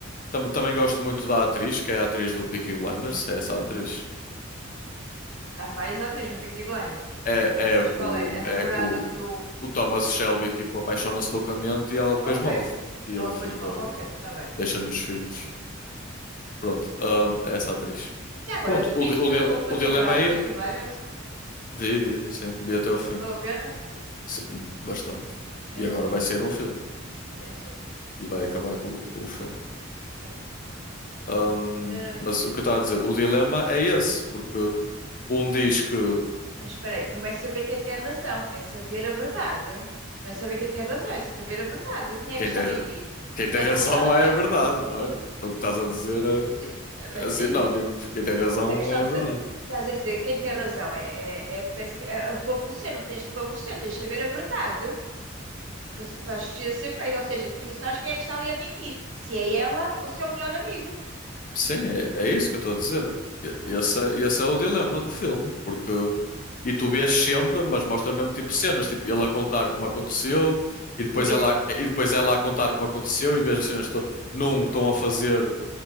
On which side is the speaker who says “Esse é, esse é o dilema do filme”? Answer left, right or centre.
Left